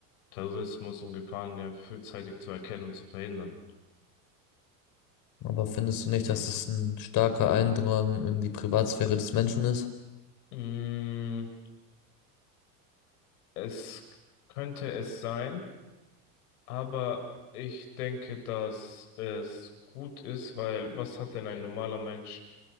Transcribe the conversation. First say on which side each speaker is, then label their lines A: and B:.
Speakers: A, on the left; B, on the left.
A: Terrorismus und Gefahren ja frühzeitig zu erkennen und zu verhindern.
B: Aber findest du nicht, dass es ein starker Eindrang in die Privatsphäre des Menschen ist?
A: Mm, es könnte es sein, aber ich denke, dass es gut ist, weil was hat denn ein normaler Mensch